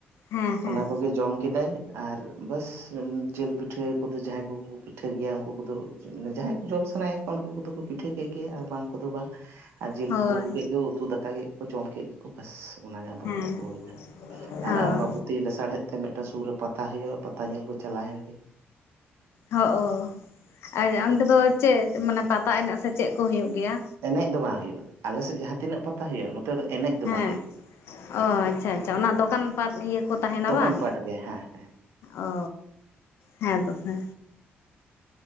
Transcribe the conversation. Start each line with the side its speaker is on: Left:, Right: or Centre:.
Left: ᱦᱮᱸ ᱦᱮᱸ
Right: ᱚᱱᱟ ᱠᱚᱜᱮ ᱡᱚᱢ ᱠᱮᱫᱟᱭ ᱟᱨ ᱵᱟᱥ ᱡᱤᱞ ᱯᱤᱴᱷᱟᱹ ᱠᱚᱫᱚ ᱡᱟᱦᱟᱸᱭ ᱠᱚᱠᱚ ᱯᱤᱴᱷᱟᱹ ᱜᱮᱭᱟ ᱩᱱᱠᱩ ᱠᱚᱫᱚ ᱡᱟᱦᱟᱸᱭ ᱡᱚᱢ ᱥᱟᱱᱟᱭᱮᱫ ᱠᱚᱣᱟ ᱩᱱᱠᱩ ᱠᱚᱫᱚ ᱠᱚ ᱯᱤᱴᱷᱟᱹ ᱠᱮᱫ ᱜᱮ ᱟᱨ ᱵᱟᱝ ᱠᱚᱫᱚ ᱵᱟᱝ ᱟᱨ ᱡᱤᱞ
Left: ᱦᱳᱭ
Right: ᱠᱚ ᱟᱹᱜᱩ ᱠᱮᱫ ᱜᱮ ᱩᱛᱩ ᱫᱟᱠᱟ ᱠᱮᱫ ᱠᱚ ᱠᱚ ᱡᱚᱢ ᱠᱮᱫ ᱜᱮᱠᱚ ᱵᱟᱥ ᱚᱱᱟᱜᱮ ᱟᱢᱵᱟᱵᱚᱛᱤ
Left: ᱦᱮᱸ
Right: ᱠᱚ ᱦᱩᱭᱱᱟ᱾
Left: ᱦᱳᱭ
Right: ᱟᱨ ᱟᱢᱵᱟᱵᱚᱛᱤ ᱞᱮᱥᱟᱲᱦᱮᱫ ᱛᱮ ᱢᱤᱫᱴᱮᱱ ᱥᱩᱨ ᱨᱮ ᱯᱟᱛᱟ ᱦᱩᱭᱩᱜ-ᱟ ᱯᱟᱛᱟ ᱧᱮᱞ ᱠᱚ ᱪᱟᱞᱟᱣ ᱮᱱ ᱜᱮ
Left: ᱦᱚᱜ-ᱚ ᱟᱨ ᱚᱸᱰᱮ ᱫᱚ ᱪᱮᱫ ᱢᱟᱱᱮ ᱯᱟᱛᱟ ᱮᱱᱮᱡ ᱥᱮ ᱪᱮᱫ ᱠᱚ ᱦᱩᱭᱩᱜ ᱜᱮᱭᱟ
Right: ᱮᱱᱮᱡ ᱫᱚ ᱵᱟᱝ ᱦᱩᱭᱩᱜ-ᱟ ᱟᱞᱮᱥᱮᱫ ᱡᱟᱦᱟᱸ ᱛᱤᱱᱟᱹᱜ ᱯᱟᱛᱟ ᱦᱩᱭᱩᱜ-ᱟ ᱱᱚᱛᱮ ᱫᱚ ᱮᱱᱮᱡ ᱫᱚ
Left: ᱦᱮᱸ
Right: ᱵᱟᱝ ᱦᱩᱭᱩᱜ ᱜᱮᱭᱟ
Left: ᱚ ᱟᱪᱪᱷᱟ ᱟᱪᱪᱷᱟ ᱚᱱᱟ ᱫᱚᱠᱟᱱ ᱯᱟᱴ ᱤᱭᱟᱹ ᱠᱚ ᱛᱟᱦᱮᱱᱟ
Right: ᱫᱚᱠᱟᱱ
Left: ᱵᱟᱝ
Right: ᱯᱟᱴ ᱦᱮᱸ ᱦᱮᱸ
Left: ᱚ ᱦᱮᱸ ᱛᱚᱵᱮ